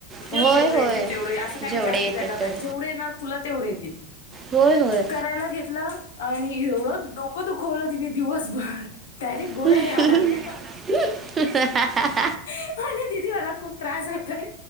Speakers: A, on the left (about 80°); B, on the right (about 25°).
A: ठेव
B: होय
A: जेवढे
B: होय
A: येतील तेवढं. असं काही
B: जेवढे
A: नाही जास्त
B: येतील
A: जायला पाहिजे
B: तेवढे
A: जेवढे येणार तुला तेवढे येतील.
B: होय होय.
A: करायला घेतलं आणि एवढं डोकं दुखवलं तिने दिवसभर. डायरेक्ट गोळ्या
B: <inaudible>
A: घ्याव्या लागल्या ह. नाही दीदी मला खूप त्रास होतय